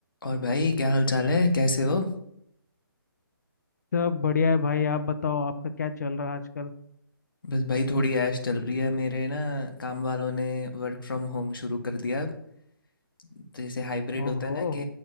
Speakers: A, on the left; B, on the left.
A: और भाई क्या हाल चाल है कैसे हो
B: सब बढ़िया है भाई आप बताओ आपका क्या चल रहा है आजकल
A: बस भाई थोड़ी ऐश चल रही है मेरे ना काम वालों ने वर्क फ्रॉम होम शुरू कर दिया अब तो जैसे हाइब्रिड
B: ओहो
A: होता है ना कि